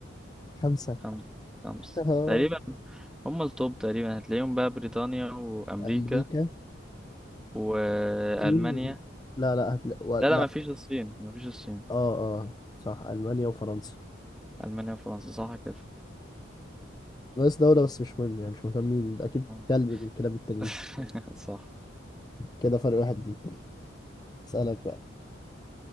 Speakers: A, on the left (about 20°); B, in the centre.
A: خمسة
B: خمس خمس
A: <laughs>
B: تقريبا هم التوب تقريبا هتلاقيهم بقى بريطانيا وامريكا
A: أمريكا
B: وألمانيا
A: الصين و- لا لا هتلا... و...
B: لا
A: لا
B: لا ما فيش الصين ما فيش الصين
A: اه اه صح ألمانيا وفرنسا
B: ألمانيا وفرنسا صح كده
A: ناقص دولة بس مش مهم يعني مش مهتمين أكيد
B: آه.
A: كلب من الكلاب التانيين
B: <laughs> صح
A: كده فرق واحد ليك اسألك بقى